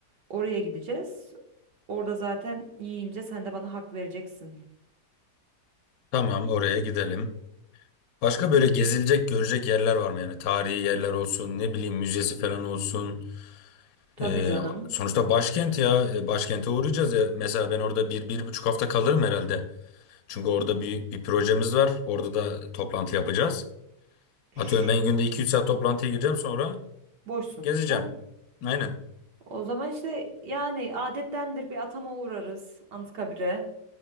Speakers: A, on the right; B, on the left.
A: Oraya gideceğiz. Orada zaten yiyince sen de bana hak vereceksin.
B: Tamam oraya gidelim. Başka böyle gezilecek görecek yerler var mı yani? Tarihi yerler olsun ne bileyim müzesi falan olsun.
A: Tabii
B: Ee,
A: canım.
B: sonuçta başkent ya. Ee, Başkente uğrayacağız ya. Mesela ben orada bir, bir buçuk hafta kalırım herhalde. Çünkü orada büyük bir projemiz var. Orada da toplantı yapacağız. Atıyorum
A: Şş,
B: ben günde iki üç saat toplantıya gireceğim sonra
A: boşsun,
B: gezeceğim.
A: değil mi?
B: Aynen.
A: O zaman işte yani adettendir bir atama uğrarız Anıtkabir'e.